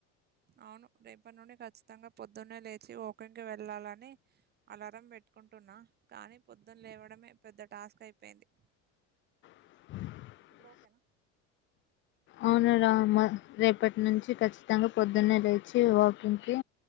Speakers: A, on the right; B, on the left.
A: అవును రేపటి నుండి ఖచ్చితంగా పొద్దున్నే లేచి వాకింగ్ కి వెళ్ళాలని అలారం పెట్టు కుంటున్నా కానీ పొద్దున్ లేవడమే పెద్ద టాస్క్ అయిపోయింది.
B: <inaudible>
A: ఇప్పుడు ఓకేనా
B: అవునారా మ రేపట్నుంచి ఖచ్చితంగ పొద్దున్నే లేచి వాకింగ్కి